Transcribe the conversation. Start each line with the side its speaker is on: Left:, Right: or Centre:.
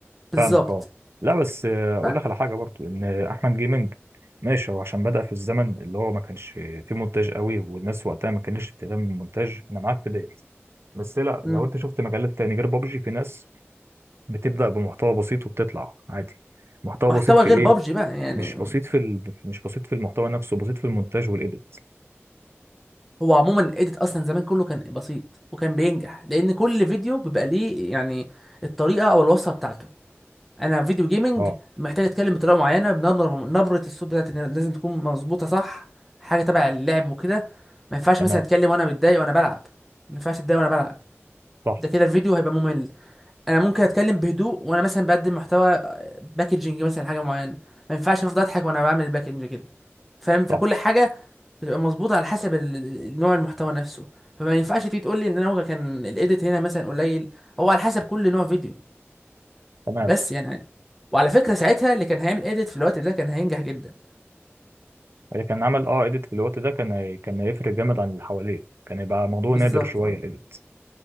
Centre: بالظبط
Right: فاهمك اه لا بس آه، اقول
Centre: ف-
Right: لك على حاجه برضو ان احمد جيمنج ماشي هو عشان بدأ في الزمن اللي هو ما كانش فيه مونتاج قوي والناس وقتها ما كانتش بتهتم بالمونتاج انا معاك في ديت بس لا
Centre: مم.
Right: لو انت شفت مجالات تاني غير بابجي في ناس بتبدأ بمحتوى بسيط وبتطلع عادي محتوى
Centre: محتوى
Right: بسيط في
Centre: غير
Right: ايه
Centre: بابجي بقى يعني
Right: مش بسيط في ال... مش بسيط في المحتوى نفسه بسيط في المونتاج والايديت
Centre: هو عموما الايديت اصلا زمان كله كان بسيط وكان بينجح لان كل فيديو بيبقى ليه يعني الطريقه او الوصفه بتاعته انا فيديو جيمنج
Right: اه
Centre: محتاج اتكلم بطريقه معينه بنبره نبره الصوت بتاعتي لازم تكون مظبوطه صح حاجه تبع اللعب وكده ما ينفعش
Right: تمام
Centre: مثلا اتكلم وانا متضايق وانا بلعب ما ينفعش اتضايق وانا بلعب
Right: صح
Centre: ده كده الفيديو هيبقى ممل انا ممكن اتكلم بهدوء وانا مثلا بقدم محتوى باكجنج مثلا حاجه معينه ما ينفعش افضل اضحك وانا بعمل الباكجنج كده فاهم فكل
Right: صح
Centre: حاجه بتبقى مظبوطه على حسب ال- ال- نوع المحتوى نفسه فما ينفعش تيجي تقول لي ان انا كان الايديت هنا مثلا قليل هو على حسب كل نوع فيديو
Right: تمام
Centre: بس يعني عادي. وعلى فكره ساعتها اللي كان هيعمل ايديت في الوقت ده كان هينجح جدا
Right: هي كان عمل اه ايديت في الوقت ده كان هي- كان هيفرق جامد عن اللي حواليه كان يبقى موضوع
Centre: بالظبط
Right: نادر شويه
Centre: اه
Right: الايديت